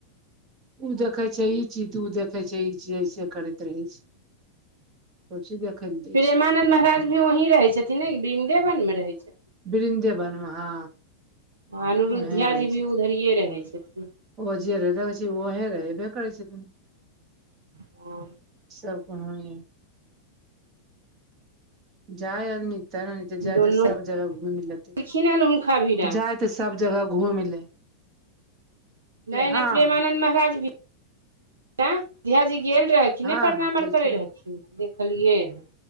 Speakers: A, on the right; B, on the right.
A: ओ देखै छै ई चीज तऽ ओ देखै छै ई चीज ऐसे करैत रहै छै सब चीज देखै लए दै
B: प्रेमानन्द
A: छै
B: महराज भी वहीं रहै छथिन ने वृन्देवनमे रहै छथिन
A: बृन्देबन मे हँ
B: आ अनुरुद्ध्या
A: ओहे रहै
B: जी भी
A: छथिन
B: उधरए रहै छथिन
A: ओ जे रहताै छै ओह रहैबे करै छै त
B: हँ
A: सब कहानी जाय आदमी ते जाय
B: दुनू
A: त सब जगह घुमि लेतै
B: एलखिन हन हुनका भीरा
A: जा तऽ सब जगह घूम ले
B: नहि नहि
A: हँ
B: प्रेमानन्द महाराज <unintelligible> भ धयाजी गेल रहे किछ
A: हँ
B: नहि प्रणाम
A: हँ गेलखिन
B: आर करै रहथिन देखलियै हम